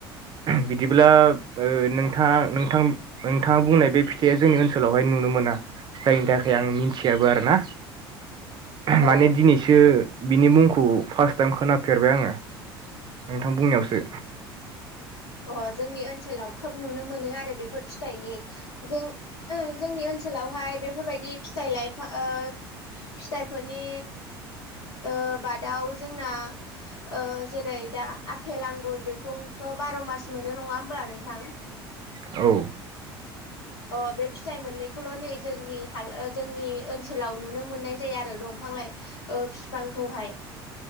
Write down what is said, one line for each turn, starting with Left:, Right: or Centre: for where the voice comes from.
Right: बिदिब्ला नोंथा-नोंथां नोंथाङा बुंनाय बे फिथाइया जोंनि ओनसोलावहाय नुनो मोना जायनि थाखाय आं मिथियाबो आरोना
Left: औ
Right: माने दिनैसो बिनि मुंख खौ फार्स्ट टाइम खोनाफेरबाय आङो नोंथां बुंनायावसो सो।
Left: अह जोंनि ओनसोलाव खोब नुनो मोनो आरो बेफोर फिथाइनि जों जोंनि ओनसोलावहाय बेफोरबायदि फिथाइ लाइफा ओ फिथाइफोरनि ओ बादाव जोंना ओ जेरै दा आफेल आंगुर बेखौथ बार मास मोनो नङा होमब्ला नोंथां
Right: औ
Left: अ बे फिथाइ मोननैखौल नै जोंनि हाला ओ जोंनि ओनसोलाव नुनो मोननाय जायो आरो दंफां लाइ ओ फिफांखौहाय।